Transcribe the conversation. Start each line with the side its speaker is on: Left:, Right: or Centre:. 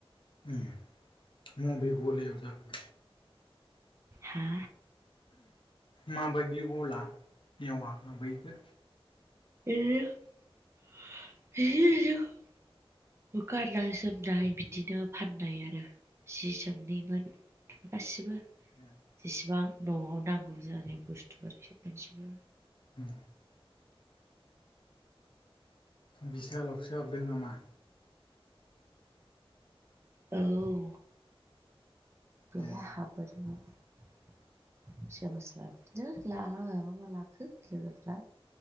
Left: उम मबे गलायाव जाखो?
Right: हा
Left: मा बायदि गला याव हाबहैखो?
Right: इदिनो <unintelligible> बो गाननाय जोमनाय बिदिनो फाननाय आरो। जि जोमनिमोन गासिबो
Left: <unintelligible>
Right: जेसेबां न'आव नांगौ जानाय बुस्थुफोर सोब मोनजोबो।
Left: उम बिसालावसो हाबदों नामा?
Right: औ बेहाय
Left: ए
Right: हाबोदोंमोन। सोरबा सोरबा बिदिनो <unintelligible> लाखो लोगोफोरा